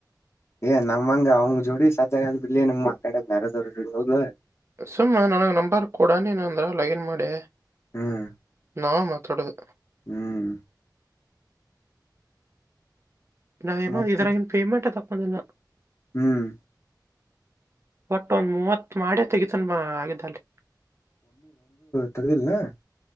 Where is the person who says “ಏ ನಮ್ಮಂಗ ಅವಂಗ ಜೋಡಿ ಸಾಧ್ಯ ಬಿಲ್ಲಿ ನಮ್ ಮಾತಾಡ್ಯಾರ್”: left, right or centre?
Left